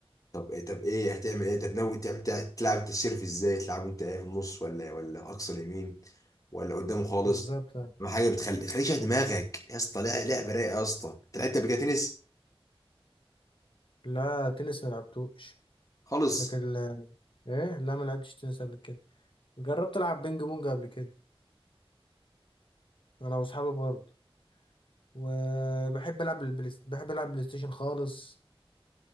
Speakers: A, on the left; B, on the left.
A: طب إيه طب ايه هتعمل ايه طب ناوي تعمل تع- تلعب انت السيرف ازاي تلعب انت ايه في النص ولا ولا اقصى اليمين ولا قدامه خالص
B: بالظبط
A: ما حاجه بتخلي تخليك تشغل دماغك يا اسطى لا لعبه رايقه يا اسطى انت لعبت قبل كده تنس
B: لا تنس ما لعبتوش
A: خالص
B: لكن ال- ايه لا ما لعبتش تنس قبل كده جربت العب بينج بونج قبل كده انا واصحابي برضه وبحب العب البلاي بحب العب بلاي ستيشن خالص